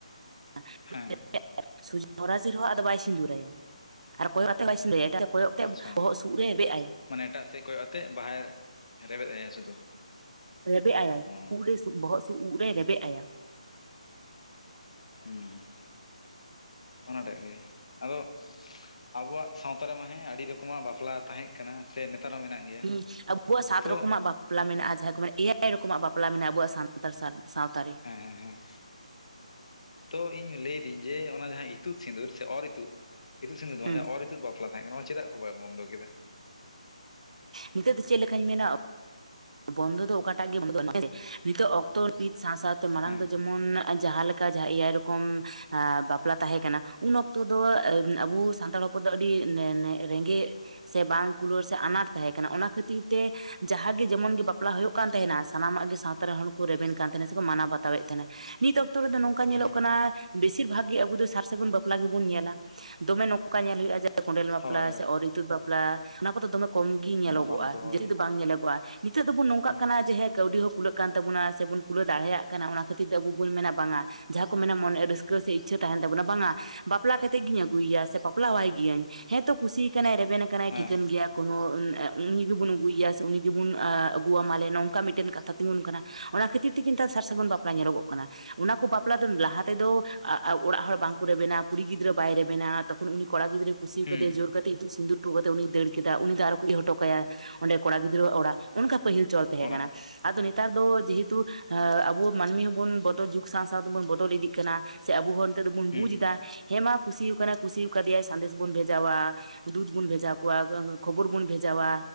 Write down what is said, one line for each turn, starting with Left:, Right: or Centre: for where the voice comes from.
Right: ᱪ <unintelligible>
Left: ᱦᱮᱸ
Right: ᱦᱚᱨᱟᱥᱤ ᱨᱮᱦᱚ ᱟᱫᱚ ᱵᱟᱭ ᱥᱤᱸᱫᱩᱨᱟᱭᱟ ᱟᱨ ᱠᱚᱭᱚᱜ ᱟᱛᱮ ᱦᱚᱸ ᱵᱟᱭ ᱥᱤᱸᱩᱨᱟᱭᱟ ᱮᱴ ᱠᱚᱭᱚᱜ ᱛᱮ
Left: ᱟᱪᱪᱷᱟ
Right: ᱵᱚᱦᱚᱜ ᱥᱩᱨᱫ ᱨᱮ ᱨᱮᱵᱮᱫ ᱟᱭᱟ
Left: ᱢᱟᱱᱮ ᱮᱴᱟᱜ ᱥᱮᱫ ᱠᱚᱭᱚᱜ ᱟᱛᱮᱫ ᱵᱟᱦᱟᱭ ᱨᱮᱵᱮᱫ ᱟᱟ ᱥᱩᱫᱷᱩ
Right: ᱨᱮᱵᱮᱫ ᱟᱭᱟ
Left: ᱚ
Right: ᱵᱚᱦᱚᱜ ᱥᱩᱫ ᱩᱵ ᱨᱮᱭ ᱨᱮᱵᱮᱫ ᱟᱭᱟ
Left: ᱦᱩᱸ <inaudible> ᱚᱱᱟᱴᱟᱜ ᱜᱮ ᱟᱫᱚ ᱟᱵᱚᱣᱟᱜ ᱥᱟᱶᱛᱟ ᱨᱮᱢᱟ ᱦᱮᱸ ᱟᱹᱰᱤ ᱨᱚᱠᱚᱢᱟᱜ ᱵᱟᱯᱞᱟ ᱛᱟᱦᱮᱸ ᱠᱟᱱᱟ ᱥᱮ ᱱᱮᱛᱟᱨ ᱦᱚᱸ ᱢᱮᱱᱟᱜ ᱜᱮᱭᱟ
Right: ᱦᱮᱸ ᱟᱵᱚᱣᱟᱜ ᱥᱟᱛ
Left: ᱛᱚ
Right: ᱨᱚᱠᱚᱢᱟᱜ ᱵᱟᱯ ᱵᱟᱯᱞᱟ ᱢᱮᱱᱟᱜᱼᱟ ᱡᱟᱦᱟᱸ ᱠᱚ ᱢᱮ ᱵᱟᱯᱞᱟ ᱢᱮᱱᱟᱜᱼᱟ ᱡᱟᱦᱟᱠᱚ ᱢᱮᱱᱟ ᱮᱭᱟᱭ ᱨᱚᱠᱚᱢᱟᱜ ᱵᱟᱯᱞᱟ ᱢᱮᱱᱟᱜᱼᱟ ᱟᱵᱚᱣᱟᱜ ᱥᱟᱱᱛᱟᱲ ᱥᱟᱶᱛᱟ ᱨᱮ
Left: ᱦᱮᱸ ᱦᱮᱸ ᱦᱮᱸ ᱛᱚ ᱤᱧ ᱞᱟᱹᱭᱫᱟᱹᱧ ᱡᱮ ᱚᱱᱟ ᱡᱟᱦᱟᱸ ᱤᱛᱩᱫ ᱥᱤᱸᱫᱩᱨ ᱥᱮ ᱚᱨ ᱤᱛᱩᱫ ᱤᱛᱩᱫ ᱥᱤᱸᱫᱩᱨ ᱫᱚ
Right: ᱦᱮᱸ
Left: ᱵᱟᱝ ᱚᱨ ᱤᱛᱫ ᱵᱟᱯᱞᱟ ᱛᱟᱦᱮᱸ ᱠᱟᱱᱟ ᱱᱚᱣᱟ ᱪᱮᱫᱟᱜ ᱠᱚ ᱵᱟᱭ ᱵᱚᱱᱫᱚ ᱠᱮᱫᱟ
Right: ᱱᱤᱛᱚᱜ ᱫᱚ ᱪᱮᱫ ᱞᱮᱠᱟᱧ ᱢᱮᱱᱟ ᱵᱚᱱᱫᱚ ᱫᱚ ᱚᱠᱟᱴᱟᱜ ᱜᱮ ᱵᱚᱱ <unintelligible> ᱱᱤᱛᱚᱜ ᱚᱠᱛᱚ ᱯᱤᱛ ᱥᱟᱶ ᱥᱟᱶᱛᱮ ᱢᱟᱲᱟᱝ
Left: ᱦᱮᱸ
Right: ᱫᱚ ᱡᱮᱢᱚᱱ ᱡᱟᱦᱟᱸᱮᱠᱟ ᱮᱭᱟᱭ ᱨᱚᱠᱚᱢ ᱵᱟᱯᱞᱟ ᱛᱟᱦᱮᱸ ᱠᱟᱱᱟ ᱩᱱ ᱚᱠᱛᱚ ᱫᱚ ᱟᱵᱚ ᱥᱟᱱᱛᱟᱲ ᱦᱚᱯᱚᱱ ᱩᱱᱠᱩ ᱫᱚ ᱟᱹᱰᱤ ᱨᱮᱸᱜᱮᱡ ᱥᱮ ᱵᱟᱝ ᱠᱩᱞᱟᱹᱲ ᱥᱮ ᱟᱱᱟᱴ ᱛᱟᱦᱮᱸ ᱠᱟᱱᱟ ᱚᱱᱟ ᱠᱷᱟᱹᱛᱤᱨ ᱛᱮ ᱡᱟᱦᱟᱸᱜᱮ ᱡᱮᱢᱚᱱ ᱜᱮᱤ ᱵᱟᱯᱞᱟ ᱦᱩᱭᱩᱜ ᱠᱟᱱ ᱛᱟᱦᱮᱱᱟ ᱥᱟᱱᱟᱢᱟᱜ ᱜᱮ ᱥᱟᱶᱛᱟ ᱨᱮᱱ ᱦᱚᱲ ᱠᱚ ᱨᱮᱵᱮᱱ ᱠᱟᱱ ᱛᱟᱦᱮᱱᱟ ᱥᱮᱠᱚ ᱢᱟᱱᱟᱣ ᱵᱟᱛᱟᱣ ᱮᱫ ᱛᱟᱦᱮᱱᱟ ᱱᱤᱛᱚᱜ ᱚᱠᱛᱚ ᱨᱮᱫᱚ ᱱᱚᱝᱠᱟ ᱧᱮᱞᱚᱜ
Left: ᱦᱩᱸ
Right: ᱠᱟᱱᱟ ᱵᱮᱥᱤᱨ ᱵᱷᱟᱜ ᱜᱮ ᱟᱵᱚ ᱫᱚ ᱥᱟᱨ ᱥᱟᱹᱜᱩᱱ ᱵᱟᱯᱞᱟ ᱜᱮᱵᱚᱱ ᱧᱮᱞᱟ ᱫᱚᱢᱮ ᱱᱚᱝᱠᱟ ᱧᱮᱞ ᱦᱩᱭᱩᱜᱼᱟ ᱡᱮ ᱠᱚᱸᱰᱮᱞ ᱵᱟᱯᱞᱟ
Left: ᱦᱳᱭ ᱦᱳᱭ
Right: ᱥᱮ ᱚᱨ ᱤᱛᱩᱫ ᱵᱟᱯᱞᱟ ᱚᱱᱟ ᱠᱚᱫᱚ ᱫᱚᱢᱮ ᱠᱚᱢ ᱜᱮ ᱧᱮᱞᱚᱜᱚᱜᱼᱟ
Left: ᱧᱟᱯᱟᱢ ᱠᱚ
Right: ᱡᱟᱹᱥᱛᱤ
Left: ᱦᱳᱭ
Right: ᱫᱚ ᱵᱟᱝ ᱧᱮᱞᱚᱜᱚᱜᱼᱟ ᱱᱤᱛᱚᱜ ᱫᱚᱵᱚᱱ ᱱᱚᱝᱠᱟᱜ
Left: ᱦᱩᱸ
Right: ᱠᱟᱱᱟ ᱡᱮ ᱦᱮ ᱠᱟᱹᱣᱰᱤ ᱦᱚᱸ ᱠᱩᱞᱟᱹᱜ ᱠᱟᱱ ᱛᱟᱵᱚᱱᱟ ᱥᱮᱵᱚᱱ ᱠᱩᱞᱟᱹᱣ ᱫᱟᱲᱮᱭᱟᱜ ᱠᱟᱱᱟ ᱚᱱᱟ ᱠᱷᱟᱹᱛᱤᱨ ᱛᱮ ᱟᱵᱚ ᱵᱚᱱ ᱢᱮᱱᱟ ᱵᱟᱝᱟ ᱡᱟᱦᱟᱸ ᱠᱚ ᱢᱮᱱᱟ ᱢᱚᱱᱮ ᱨᱟᱹᱥᱠᱟᱹ ᱥᱮ ᱤᱪᱪᱷᱟᱹ ᱛᱟᱦᱮᱱ ᱛᱟᱵᱚᱱᱟ ᱵᱟᱝᱟ ᱵᱟᱯᱞᱟ ᱠᱟᱛᱮᱫ ᱜᱤᱧ ᱟᱹᱜᱩᱭᱮᱭᱟ ᱥᱮ ᱵᱟᱯᱞᱟᱣ ᱟᱭ ᱜᱤᱭᱟᱹᱧ ᱦᱮᱸᱛᱚ ᱠᱩᱥᱤ ᱠᱟᱱᱟᱭ ᱨᱮᱵᱮᱱ ᱟᱠᱟᱱᱟᱭ
Left: ᱦᱮᱸ
Right: ᱴᱷᱤᱠᱟᱹᱱ ᱜᱮᱭᱟ ᱠᱳᱱᱳ ᱩᱱᱤ ᱜᱮᱵᱚᱱ ᱟᱹᱜᱩᱭᱮᱭᱟ ᱩᱱᱤ ᱡᱮᱢᱚᱱ ᱟᱹᱜᱩᱣᱟ ᱢᱟᱞᱮ ᱱᱚᱝᱠᱟ ᱢᱤᱫᱴᱮᱱ ᱠᱟᱛᱷᱟ ᱛᱤᱸᱜᱩᱱ ᱠᱟᱱᱟ ᱚᱱᱟ ᱠᱷᱟᱹᱛᱤᱨ ᱛᱮ ᱠᱤᱱᱛᱩ ᱥᱟᱨ ᱥᱟᱹᱜᱩᱱ ᱵᱟᱯᱞᱟ ᱧᱮᱞᱚᱜᱚᱜ ᱠᱟᱱᱟ ᱚᱱᱟ ᱠᱚ ᱵᱟᱯᱞᱟ ᱫᱚ ᱞᱟᱦᱟ ᱛᱮᱫᱚ ᱚᱲᱟᱜ ᱦᱚᱲ ᱵᱟᱝᱠᱚ ᱨᱮᱵᱮᱱᱟ ᱠᱩᱲᱤ ᱜᱤᱫᱽᱨᱟᱹ ᱵᱟᱭ ᱨᱮᱵᱮᱱᱟ ᱛᱚᱠᱷᱚᱱ ᱩᱱᱤ ᱠᱚᱲᱟ ᱜᱤᱫᱽᱨᱟᱹ ᱠᱩᱥᱤᱣ
Left: ᱦᱩᱸ
Right: ᱠᱟᱫᱮ ᱡᱳᱨ ᱠᱟᱛᱮ ᱤᱛᱩᱜ ᱥᱤᱸᱫᱩᱨ ᱦᱚᱴᱚ ᱠᱟᱛᱮ ᱩᱱᱤᱭ ᱫᱟᱹᱲ ᱠᱮᱫᱟ ᱩᱱᱤ ᱫᱚ ᱟᱨᱚ ᱠᱚ ᱦᱚᱴ ᱠᱟᱭᱟ ᱚᱸᱰᱮ ᱠᱚᱲᱟ ᱜᱤᱫᱽᱨᱟᱹ ᱜᱤᱫᱽᱨᱟᱹᱣᱟᱜ ᱚᱲᱟᱜ ᱚᱱᱠᱟ ᱯᱟᱹᱦᱤᱞ ᱪᱚᱞ ᱛᱟᱦᱮᱸ
Left: ᱚᱲᱟᱜ
Right: ᱠᱟᱱᱟ ᱟᱫᱚ ᱱᱮᱛᱟᱨ ᱫᱚ ᱡᱮᱦᱮᱛᱩ ᱮ ᱟᱵᱚ ᱢᱟᱹᱱᱢᱤ ᱦᱚᱸᱵᱚᱱ ᱵᱚᱫᱚᱞ ᱡᱩᱜᱽ ᱥᱟᱶ ᱥᱟᱶ ᱛᱮᱵᱚᱱ ᱵᱚᱫᱚᱞ ᱤᱫᱤᱜ ᱠᱟᱱᱟ ᱥᱮ ᱟᱵᱚ ᱦᱚᱸ ᱱᱤᱛᱚᱜ ᱫᱚᱵᱚᱱ
Left: ᱦᱩᱸ
Right: ᱵᱩᱡ ᱮᱫᱟ ᱦᱮᱸ ᱢᱟ ᱠᱩᱥᱤ ᱠᱟᱱᱟᱭ ᱠᱩᱥᱤ ᱠᱟᱫᱮᱭᱟᱭ ᱥᱟᱸᱫᱮᱥ ᱵᱚᱱ ᱵᱷᱮᱡᱟᱣᱟ ᱫᱩᱫ ᱵᱩᱱ ᱵᱷᱮᱡᱟ ᱠᱚᱣᱟ ᱠᱷᱚᱵᱚᱨ ᱵᱩᱱ ᱵᱷᱮᱡᱟᱣᱟ